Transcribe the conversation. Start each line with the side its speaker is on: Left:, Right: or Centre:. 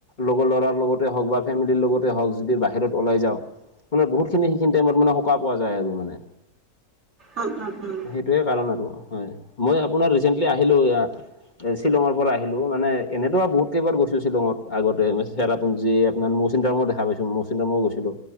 Left: লগৰ ল'ৰাৰ লগতে হওক বা ফেমিলিৰ লগতে হওক যদি বাহিৰত ওলাই যাওঁ মানে বহুখিনি সিখিনি টাইমত মানে সকা পোৱা যায় আৰু মানে।
Right: উম উম উম।
Left: সেইটোৱেই কাৰণ আৰু হয়। মই আপোনাৰ ৰিচেণ্টলি আহিলোঁ এয়া শ্বিলঙৰ পৰা আহিলোঁ মানে এনেতো আৰু বহুত কেইবাৰ গৈছোঁ শ্বিলঙত আগত চেৰাপুঞ্জী আপোনাৰ মৌচিনাৰাম দেখা পাইছো মৌচিনাৰামো গৈছিলো